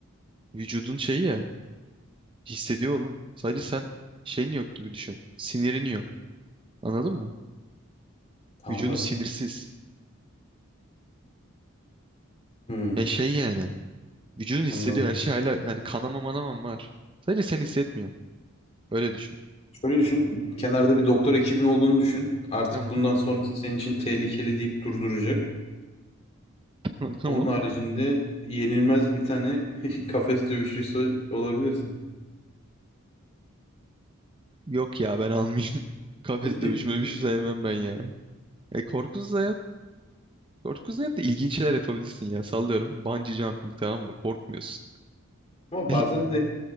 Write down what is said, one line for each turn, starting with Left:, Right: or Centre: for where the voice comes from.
Right: Vücudun şeyi ya. Hissediyor oğlum. Sadece sen şeyin yok gibi düşün. Sinirin yok. Anladın mı?
Left: Tamam
Right: Vücudun sinirsiz.
Left: da hmm,
Right: E şey yani. Vücudun hissediyor
Left: anladım.
Right: her şey hala hani kanama manamam var. Sadece sen hissetmiyorsun. Öyle düşün.
Left: Şöyle düşün. Kenarda bir doktor ekibin olduğunu düşün. Artık
Right: Tamam.
Left: bundan sonrası senin için tehlikeli deyip durduracak.
Right: <laughs> Tamam.
Left: Onun haricinde yenilmez bir tane <laughs> kafes dövüşçüsü olabilirsin.
Right: Yok ya ben almayayım. <laughs> Kafes
Left: <laughs>
Right: dövüşme bir şey sevmem ben ya. E korkusuz hayat. Korkusuz hayat da ilginç şeyler yapabilirsin ya. Sallıyorum. Bungee jumping tamam mı? Korkmuyorsun.
Left: Ama
Right: <laughs>
Left: bazen de